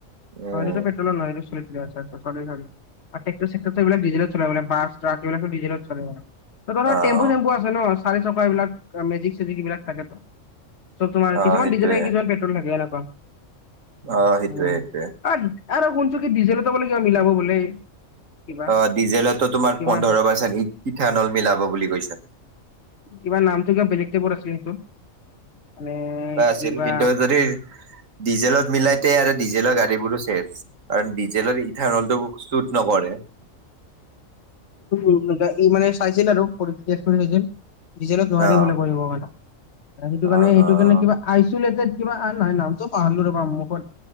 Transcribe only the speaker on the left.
হয় নহয়, আচ্ছা, আচ্ছা চৰী চৰী আৰু টেক্টৰ-চেকটৰটো এইবিলাক ডিজেলত চলে, বাছ, ট্ৰাক এইবিলাক ডিজেলত চলে বাৰু। তহঁতৰ তাত
টেম্পু-চেম্পু আছে ন', চাৰি চকা এইবলাক, মেজিক-চেজিক এইবিলাক থাকে তো। চব তোমাৰ,
কিছুমান
ডিজেল থাকে, কিছুমান পেট্ৰ'ল থাকে, এনেকুৱা।
উম,
আৰু, আৰু শুনছোঁন কি ডিজেলটো বোলে কিবা মিলাব বোলে। কিবা
কিবা
কিবা নামটো কিবা বেলেগ টাইপৰ আছিলে, সেইটোৰ মানে
কিবা
উম, ই মানে চাইছিল আৰু। <unintelligible> ডিজেলত নোৱাৰি
বোলে কৰিব মানে, সেইটো
কাৰণে, সেইটো
কাৰণে কিবা আইচলেটেড কিবা নহয় নামতটো পাহৰিলোঁ ৰ'বা মুখত,